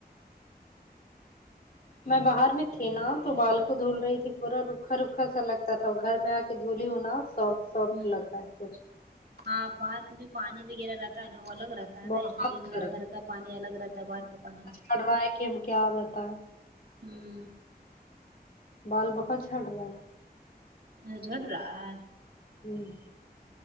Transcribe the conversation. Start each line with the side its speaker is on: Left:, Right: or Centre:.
Left: میں باہر میں تھی نا تو بال کو دھول رہی تھی پورا روکھا روکھا سا لگتا تھا گھر میں آ کے دھولی ہوں نا سوفٹ سوفٹ
Right: ہوں
Left: لگ رہا ہے سچ
Right: ہاں باہر کا جو پانی وغیرہ رہتا ہے نا وہ الگ رہتا ہے نا
Left: بہت
Right: اسی لیے تھوڑا گھر کا پانی الگ رہتا ہے باہر کا پانی
Left: پڑ رہا ہے کی ہم کیا بتاے
Right: ہوں
Left: بال بہت جھڑ رہے
Right: میرا جھڑ رہا ہے
Left: ہوں